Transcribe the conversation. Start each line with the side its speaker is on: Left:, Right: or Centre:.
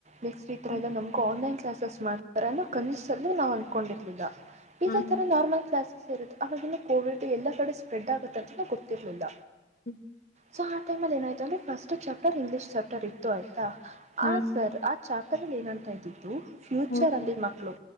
Right: ನೆಕ್ಸ್ಟ್ ಈ ತರ
Left: ಹ್ಮ್
Right: ಎಲ್ಲ ನಮ್ಗ ಆನ್ಲೈನ್ ಕನಸುಳು ಮಾಡ ಕನಿಸಲು ನಾವು ಅಂದಕೊಂಡಿರ್ಲಿಲ್ಲ ಇದೇ
Left: ಹ್ಮ್
Right: ತರ ನಾರ್ಮಲ್ ಕ್ಲಾಸಸ್ ಅವವಾಗಿಲ್ಲ ಕೋವಿಡ್ ಎಲ್ಲಾ ಕಡೆ ಸ್ಪ್ರೆಡ್ ಆಗುತ್ತಂತ ನ ಗೊತ್ತಿರ್ಲಿಲ್ಲ
Left: ಹ್ಮ
Right: ಸೊ ಆ ಟೈಮಲ್ಲಿ ಏನಾಯ್ತು ಅಂದ್ರೆ ಫಸ್ಟ್ ಚಾಪ್ಟರ್ ಇಂಗ್ಲೀಷ್ ಚಾಪ್ಟರ್ ಇತ್ತು ಆಯ್ತಾ
Left: ಹ್ಮ್
Right: ಆ ಸರ್ ಆ ಚಾಪ್ಟರ್ ಪಕ್ಕದಲ್ಲಿ ಏನತಾ ಇದ್ದತ್ತು ಫ್ಯೂಚರ್
Left: ಹ್ಮ್
Right: ಅಲ್ಲಿ ಮಕ್ಕಳು